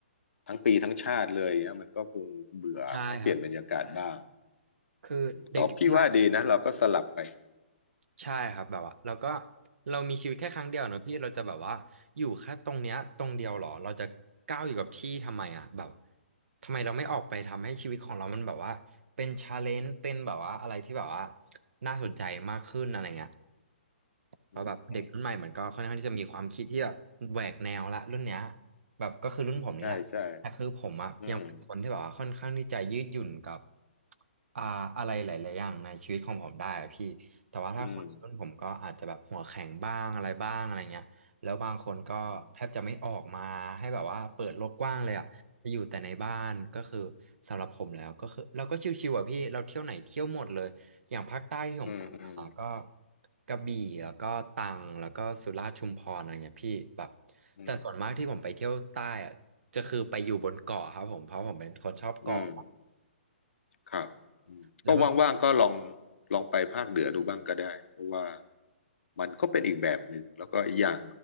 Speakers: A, on the left; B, on the right.
A: ทั้งปีทั้งชาติเลยเนี่ยมันก็คงเบื่อต้องเปลี่ยนบรรยากาศบ้าง
B: ใช่ครับคือเด็กยุคใหม่
A: อืมก็พี่ว่าดีนะเราก็สลับไป
B: ใช่ครับแบบว่าเราก็เรามีชีวิตแค่ครั้งเดียวเนอะพี่เราจะแบบว่าอยู่แค่ตรงเนี้ยตรงเดียวหรอเราจะก้าวอยู่กับที่ทำไมอ่ะแบบทำไมเราไม่ออกไปทำให้ชีวิตของเรามันแบบว่าเป็นชาเลนจ์เป็นแบบว่าอะไรที่แบบว่าน่าสนใจมากขึ้นอะไรเงี้ย เพราะแบบเด็กรุ่นใหม่เหมือนก็ค่อนข้างที่จะมีความคิดที่แบบแหวกแนวละรุ่นเนี้ย
A: อืมอืม
B: แบบก็คือรุ่นผมนี่แหละแต่คือผมอะยังเป็นคนที่แบบว่าค่อนข้างที่จะยืดหยุ่นกับ
A: ใช่ใช่อืม
B: อ่าอะไรหลายๆอย่างในชีวิตของผมได้อะพี่แต่ว่าถ้าคนรุ่นผมก็อาจจะแบบหัวแข็งบ้างอะไรบ้างอะไรเงี้ยแล้วบางคนก็แทบจะไม่ออกมาให้แบบว่าเปิดโลกกว้างเลยอะจะอยู่แต่ในบ้านก็คือสำหรับผมแล้วก็คือเราก็ชิวๆอะพี่เราเที่ยวไหนเที่ยวหมดเลยอย่างภาคใต้ที่ผมไปมาก็
A: อืมอืมอืมอืม
B: กระบี่แล้วก็ตรังแล้วก็สุราษฎร์ชุมพรอะไรเงี้ยพี่แบบ
A: อืม
B: แต่ส่วนมากที่ผมไปเที่ยวใต้อะจะคือไปอยู่บนเกาะครับผมเพราะผมเป็นคนชอบเกาะ
A: อืมครับอืมก็ว่างๆก็ลอง
B: แล้วแบบ
A: ลองไปภาคเหนือดูบ้างก็ได้เพราะว่ามันก็เป็นอีกแบบหนึ่งแล้วก็อีกอย่าง